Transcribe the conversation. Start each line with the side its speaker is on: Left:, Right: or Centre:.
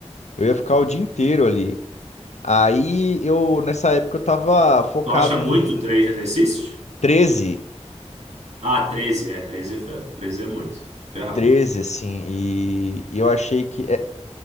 Left: eu ia ficar o dia inteiro ali. Aí eu, nessa época, eu tava focado
Right: Tu acha muito
Left: em
Right: três exercícios?
Left: 13
Right: Ah, treze é, treze, é fer- 13 é muito. Ferrado.
Left: 13, assim, e, e eu achei que. é,